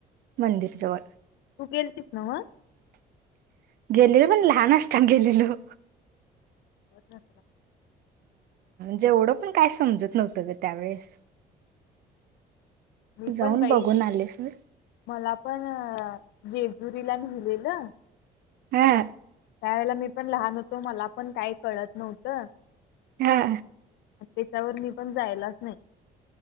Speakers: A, on the right; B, on the left.
A: मंदिर जवळ
B: तू गेलतीस नव्ह
A: - गेले पण लहान असताना गेलेलो
B: बर बर
A: जेवढं पण काय समजत नव्हतं ग त्यावेेळेस
B: मी
A: जाऊन
B: पण बाई
A: बघून आले सोड
B: - मला पण जेजुरीला नेलेलं
A: हा
B: त्यावेळेला मी मी पण लहान होतो मला पण काही कळत नव्हतं
A: हा
B: आणि त्याच्यावर मी पण जायलाच नाही